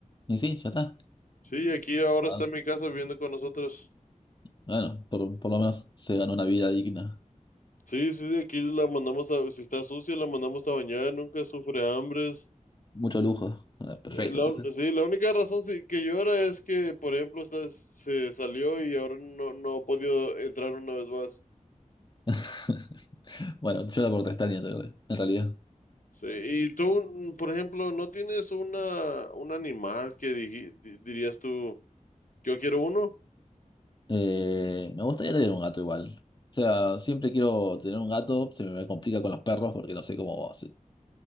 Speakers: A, on the left; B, on the left.
A: Y sí, ya está.
B: Sí, aquí ahora
A: Ah,
B: está en mi casa viviendo con nosotros.
A: bueno, por, por lo menos se ganó una vida digna.
B: Sí, sí, de aquí la mandamos a, si está sucia, la mandamos a bañar, nunca sufre hambres.
A: Mucho lujo. Ah, Perfecto,
B: Eh, La,
A: entonces.
B: un- sí, la única razón sí, que llora es que, por ejemplo, esta, se salió y ahora no, no ha podido entrar una vez más.
A: <laughs> Bueno, yo la portestaña tarde, en realidad.
B: Sí, y tú, mm, por ejemplo, ¿no tienes una, un animal que digi- di- dirías tú, yo quiero uno?
A: Eh, me gustaría tener un gato igual. O sea, siempre quiero tener un gato, se me complica con los perros porque no sé cómo se,